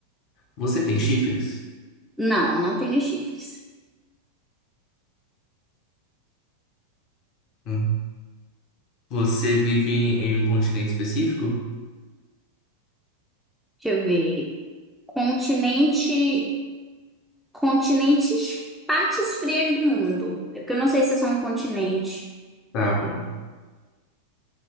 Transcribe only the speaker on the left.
Você tem chifres?
Hum. Você vive em em um continente específico?
Tá bom.